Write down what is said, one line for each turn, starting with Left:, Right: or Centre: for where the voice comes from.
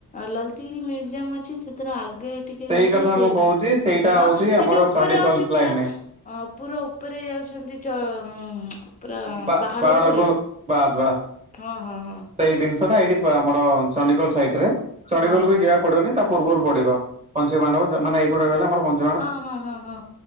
Left: ଲଲତିଗିରି ମ୍ୟୁଜିୟମ ଅଛି ସେଥିରେ ଆଗେ ଟିକେ
Right: ସେଇ
Left: ଗଲେ
Right: କଥା
Left: ସେ
Right: ମୁଁ କହୁଛି ସେଇଟା
Left: ହଁ
Right: ହଉଛି
Left: ସେ
Right: ଆମର
Left: ଯୋଉ ଉପରେ
Right: ଚଣ୍ଡିଖୋଲ
Left: ଅଛି
Right: ଲାଇନରେ।
Left: ପୁରା ପୁରା ଉପରେ ଯାଉଛନ୍ତି ଚ ପୁରା
Right: ପା
Left: ପାହାଡ
Right: ପାହାଡକୁ
Left: ଉପରେ।
Right: ବାସ୍ ବାସ୍।
Left: ହଁ ହଁ ହଁ।
Right: ସେଇ ଜିନିଷ ଟା ଏଇଠି ଆମର ଚଣ୍ଡିଖୋଲ ସାଇଟ ରେ ଚଣ୍ଡିଖୋଲ
Left: ହଁ
Right: ବି
Left: ହଁ।
Right: ଯିବାକୁ ପଡିବନି ତା ପୂର୍ବରୁ ପଡିବ। ପଞ୍ଚ ପାଣ୍ଡବ ମାନ ଏଇପଟେ ଗଲେ ଆମର ପ।
Left: ହଁ ହଁ ହଁ ହଁ।